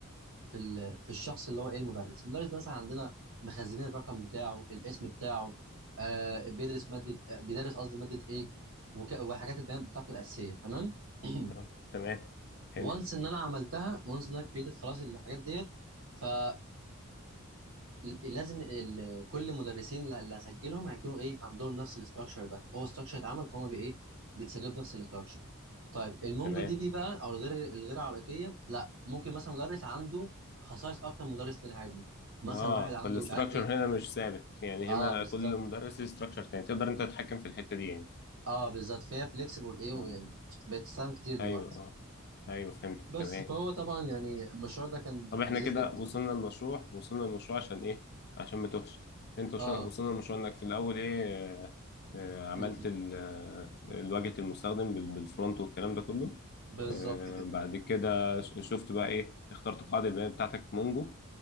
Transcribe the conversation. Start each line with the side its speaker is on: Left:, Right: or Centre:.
Right: في ال في الشخص اللي هو ايه المدرس المدرس ده مثلا عندنا مخزنين الرقم بتاعه الاسم بتاعه آه بيدرس ماده آه، بيدرس قصدي ماده ايه وك... وحاجات البيانات بتاعته الاساسيه تمام <clears throat>
Left: اه تمام حلو
Right: وانس ان انا عملتها وانس ان انا كريتد خلاص الحاجات ديت فانا ل- لازم ال- كل مدرسين اللي هسجلهم هيكونوا ايه عندهم نفس الاستراكشر ده هو استراكشر اتعمل فهم بايه بيتسجلوا بنفس الاستراكشر طيب المونجو
Left: تمام
Right: دي بي بقى او الغير الغير علاقيه لا ممكن مثلا مدرس عنده خصائص اكتر من مدرس تاني عادي مثلا
Left: اه
Right: واحد عنده
Left: فالاستراكشر
Right: مش عارف ايه
Left: هنا مش ثابت يعني
Right: اه
Left: هنا
Right: بالظبط
Left: كل مدرس ليه استراكشر تاني تقدر انت تتحكم في الحتة دي يعني
Right: اه بالظبط فهي فليكسيبل ايه ويعني
Left: اه
Right: مست- بقت تستخدم كتير دلوقتي
Left: ايوه اه ايوه فهمت
Right: بس
Left: تمام
Right: فهو طبعا يعني المشروع ده كان
Left: طب احنا
Right: لذيذ
Left: كده
Right: جدا
Left: وصلنا
Right: صح
Left: للمشروع وصلنا للمشروع عشان ايه عشان ما توهش انت وص-
Right: اه
Left: وصلنا للمشروع انك في الاول ايه آه، آه، عملت
Right: م- م.
Left: ال- آه، الواجهة المستخدم بال- بالفرونت والكلام ده كله
Right: بالظبط
Left: آه،
Right: كده
Left: بعد كده ش- شفت بقى ايه اخترت قاعدة البيانات بتاعتك مونجو